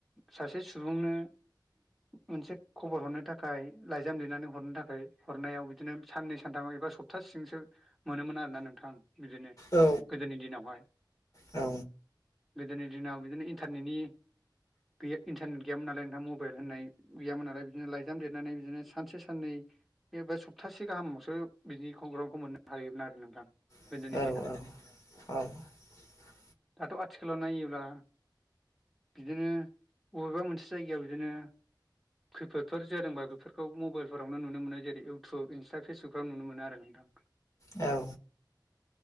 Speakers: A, in the centre; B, on the left (about 45°).
A: सासे सुबुंनो मोनसे खबर हरनो थाखाय लाइजाम लिरनानै हरनो थाखाय हरनायाव बिदिनो साननै सानथामा एबा सप्तासेजोंसो मोनोमोन आरोना नोंथां बिदिनो
B: औ
A: गोदोनि दिनावहाय।
B: औ
A: गोदोनि दिनाव बिदिनो इन्टारनेटनि गैया इन्टारनेट गैयामोन नालाय नोंथां मबाइल होननाय गैयामोन नालाय बिदिनो लाइजाम लेरनानै बिदिनो सानसे साननै सप्तासे गाहामावसो बिदिनि खौरांखौ मोननो हायोमोन आरो नोंथां,
B: औ
A: गोदोनि दिनाव
B: औ औ
A: दाथ' आथिखालाव नायोब्ला बिदिनो बबेबा मोनसे जायगायाव बिदिनो, खैफोदफोर जादोंबा बेफोरखौ मबाइलफोरावनो नुनो मोनो। जेरै- इउटुब, इनस्टा फेसबुकफ्राव नुनो मोनो आरो नोंथां।
B: औ